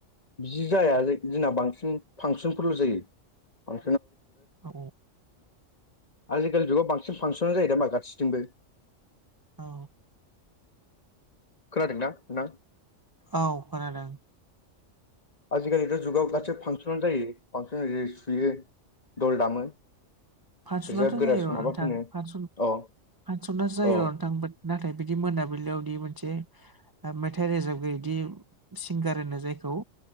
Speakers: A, on the left; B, on the right.
A: बिनि जाया जोंना बांसिन फांसनफोरल' जायो। <unintelligible> ओम
B: औ
A: आजिखालि जुगाव बांसिन फांसन जायो नामा गासिथिंबो
B: औ।
A: खोनादों ना नोंथां।
B: औ खोनादों।
A: आजिखालिथ' जुगाव गासै फांसनानो जायो फांसन जै सुयो दल दामो।
B: फासस'नाथ'
A: रोजाबगोरा
B: जायो र'
A: माबा
B: नोंथां
A: खनो
B: फासस'
A: औ
B: फासस'नासो जायो
A: औ
B: बादनोंथां नाथाय बिदि मोनाबिलियावदि मोनसे मेथाइ रोजाबगिरिदि सिंगार होनो जायखौ